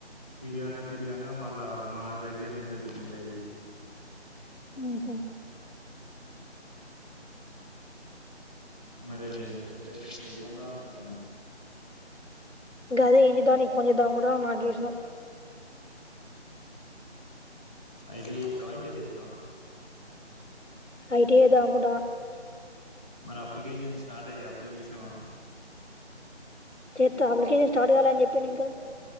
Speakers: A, in the centre; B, on the left.
A: తిరగంగా తిరగంగా మళ్ళా మనకు దగ్గరనే దొరికినయి
B: ఉహు
A: మరైతే <unintelligible> ఏం చేద్దాం అనుకుంటున్నావ్?
B: గదే <unintelligible> తోని ఫోన్ చేద్దాం అనుకుంటున్నావ్ మా చేసినవ్వ
A: ఐటిఐ చేస్తావా ఇంటర్ చేస్తావా?
B: ఐటిఐ చేద్దామనుకుంట
A: మరి అప్లికేషన్ స్టార్ట్ అయ్యి అప్లై చేసినావా?
B: చేస్తా అప్లికేషన్ స్టార్ట్ కాల అని చెప్పింది ఇంకా?